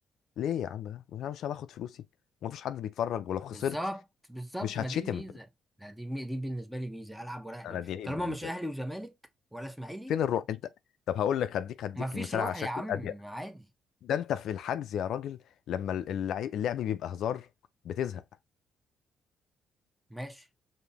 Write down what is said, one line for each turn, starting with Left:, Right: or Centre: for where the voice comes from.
Left: ليه يا عم لا، انا مش هاخد فلوسي ومفيش حد بيتفرج ولو خسرت
Centre: بالظبط بالظبط
Left: مش
Centre: ما
Left: هتشتم
Centre: دي الميزه لا دي دي بالنسبه لي ميزه العب ورايح دماغي.
Left: انا دي عيب
Centre: طالما
Left: بالنسبه
Centre: مش اهلي
Left: لي
Centre: وزمالك ولا اسماعيلي
Left: فين الروح انت طب هقول لك هديك هديك
Centre: مفيش
Left: مثال
Centre: روح
Left: على شكل
Centre: يا عم
Left: اضيق
Centre: عادي
Left: ده انت في الحجز يا راجل لما اللعب, اللعب بيبقى هزار بتزهق
Centre: ماشي